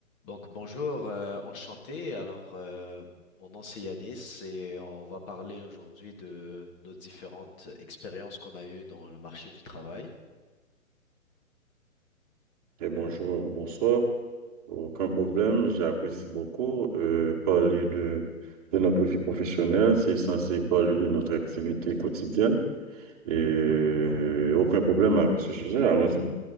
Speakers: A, on the left; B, on the right.
A: Donc bonjour, euh, enchanté. Alors euh, mon nom c'est Yanis et on va parler aujourd'hui de nos différentes expériences qu'on a eues dans le marché du travail.
B: Et bonjour, bonsoir. Aucun problème, j'apprécie beaucoup. Euh, parler de, de notre vie professionnelle, c'est censé parler de notre activité quotidienne. Et euh, aucun problème avec ce sujet, allons-y.